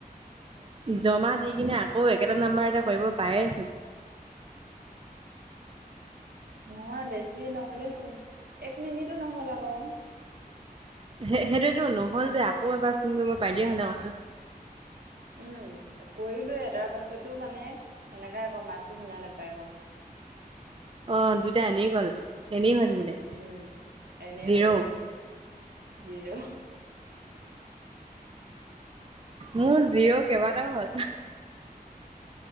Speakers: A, on the right (about 35°); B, on the right (about 80°).
A: জমা দি কিনে আকৌ একেটা নাম্বাৰতে কৰিব পাৰে চোন।
B: নহয় বেছি নহ'লেই চোন, এক মিনিটো নহ'ল আকৌ।
A: সে-সেইটোতো নহ'ল যে আকৌ এবাৰ ফোন কৰিব পাৰিলিয়ে হ'লে কৈছোঁ।
B: উম কৰিলোৱয়ে তাৰ পাছতো মানে সেনেকাই আকৌ মাতটো শুনাা নাপায় আকৌ।
A: অ দুইটা এনেই গ'ল। এনেই হৈ থাকিলে।
B: উম এনে
A: জিৰ'
B: হৈ গ'ল। জিৰো
A: মোৰ জিৰো কেইবাটাও হ'ল।